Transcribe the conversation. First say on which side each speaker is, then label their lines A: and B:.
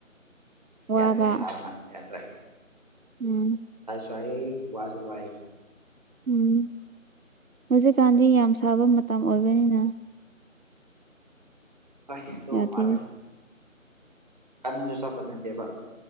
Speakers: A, on the right; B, on the right.
A: ꯋꯥꯕ
B: ꯌꯥꯇꯦ ꯁꯕꯅ ꯌꯥꯇ
A: ꯎꯝ
B: ꯁꯏ ꯋꯥꯁ ꯋꯥꯏ
A: ꯎꯝ ꯍꯧꯖꯤꯛꯀꯥꯟꯗꯤ ꯌꯥꯝ ꯁꯥꯕ ꯃꯇꯝ ꯑꯣꯏꯕꯅꯤꯅ
B: ꯐ ꯇ
A: ꯌꯥꯗꯦꯅꯦ
B: ꯃꯥꯜꯂꯦ ꯀꯟꯅꯁꯨ ꯆꯠꯄ ꯅꯠꯇꯦꯕ